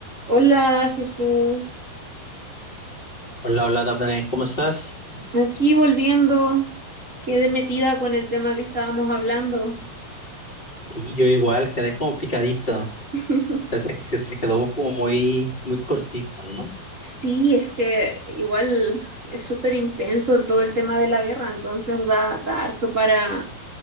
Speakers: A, on the right; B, on the left.
A: Hola Jesús,
B: Hola, hola, Dafne, ¿cómo estás?
A: aquí volviendo, quedé metida con el tema que estábamos hablando.
B: Sí, yo igual, quedé como picadito. O
A: <laughs>
B: sea, se, que- se quedó como muy, muy cortito, ¿no?
A: Sí, es que igual es súper intenso el- todo el tema de la guerra, entonces da, da harto para,